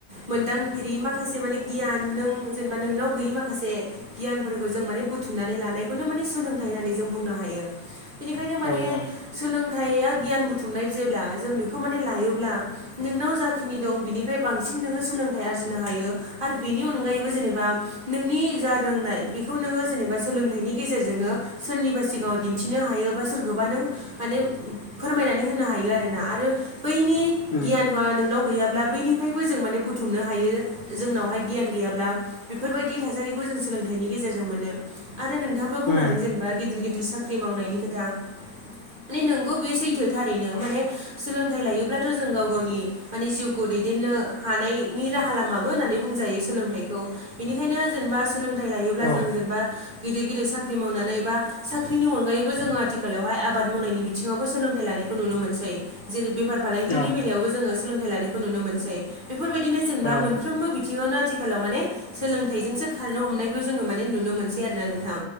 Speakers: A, on the right (about 40°); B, on the left (about 65°).
A: मोनदांफेरि माखासे माने गियान नों जेनेबा नोंनाव गैयि माखासे गियानफोरखौ जों माने बुथुमनानै लानायखौनो माने सोलोंथाइ होननानै जों बुंनो हायो। बेनिखायनो माने
B: औ औ
A: सोलोंथाइया गियान बुथुमनाय जेब्ला जों बेखौ माने लायोब्ला नोंनाव जाखिनि दं बिनिफ्राय बांसिन नोङो सोलोंथाइ आरजिनो हायो। आरो बेनि अनगायैबो जेनेबा नोंनि जा रोंनाय बेखौ नोङो जेनेबा सोलोंथाइनि गेजेरजोंनो सोरनिबा सिगाङाव दिन्थिनो हायो बा सोरखोबा नों माने फोरमायनानै हो नो हायो ना आरो बैनि
B: उम
A: गियान बा नोंनाव गैयाब्ला बैनिफ्रायबो जों माने बुथुमनो हायो जोंनावहाय गियान गैयाब्ला बेफोरबायदि थासारिखौ जों सोलोंथाइनि गेजेरजों मोनो। आरो नोंथाङाबो बुंलांदों
B: उम
A: जेनेबा गिदिर-गिदिर साख्रि मावनायनि खोथा माने नोंगौ बे सैथो थारैनो माने सोलोंथाइ लायोब्लाथ' जों गाव-गावनि माने जिउखौ दैदेननो हानायनि राहा लामाबो होननानै बुंजायो। सोलोंथाइखौ बेनिखायनो जेनेबा सोलोंथाइ लायोब्ला
B: औ
A: जों जेनेबा गिदिर-गिदिर साख्रि मावनानै बा साख्रिनि अनगायैबो जोङो आथिखालावहाय आबाद मावनायनि बिथिङावबो सोलोंथाइ लानाय खौ नुनो मोनसै जेरै बेफार फालांगिनि
B: औ
A: बेलायावबो जोङो सोलोंथाइ लानायखौ नुनो मोनसै। बेफोरबायदिनो जेनेबा
B: औ
A: मोनफ्रोमबो बि थिङावनो आथिखालाव माने सोलोंथाइजोंसो खारनो हमनायखौ जोङो माने नुनो मोनसै आरो ना नोंथां।